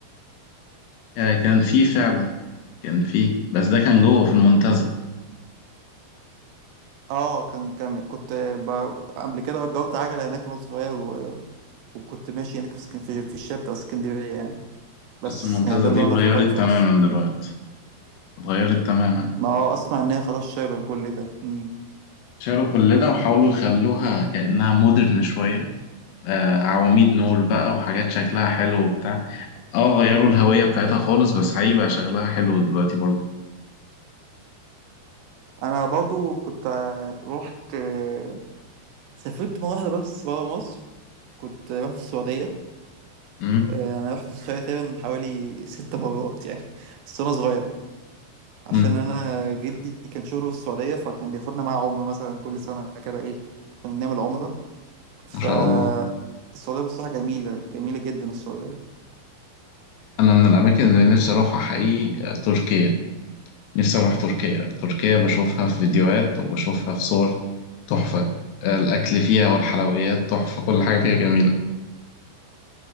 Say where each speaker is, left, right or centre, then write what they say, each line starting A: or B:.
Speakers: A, on the left; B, on the right.
A: آه، كان فيه فعلا كان فيه بس ده كان جوه في المنتزه
B: اه كان كان كنت ب- قبل كده اجرت عجله هناك وانا صغير و- وكنت ماشي هناك في اسكن- في في الشارع بتاع اسكندريه يعني بس
A: بس الممتازة
B: يعني ده اللي
A: دي اتغيرت
B: انا فاكره
A: تماما
B: اصلا
A: دلوقتي اتغيرت تماما
B: ما هو اسمع ان هي خلاص شالوا كل ده مم.
A: شالوا كل ده وحاولوا يخلوها كأنها مودرن شوية آه عواميد نور بقى وحاجات شكلها حلو وبتاع اه غيروا الهوية بتاعتها خالص بس هيبقى شغلها حلو دلوقتي برضه
B: انا برضو كنت آه، رحت آه، سافرت مره واحده بس برا مصر كنت رحت السعوديه
A: امم
B: آه، انا رحت السعوديه تقريبا حوالي ست مرات يعني بس وانا صغير عشان
A: امم
B: انا جدي كان شغله في السعوديه فكان بياخدنا معاه عمره مثلا كل سنه كده ايه كنا بنعمل عمره ف
A: ما شاء الله
B: السعوديه بصراحه جميله جميله جدا السعوديه
A: أنا من الأماكن اللي نفسي أروحها حقيقي آه، تركيا نفسي أروح تركيا تركيا بشوفها في فيديوهات وبشوفها في صور تحفة آه، الأكل فيها والحلويات تحفة كل حاجة فيها جميلة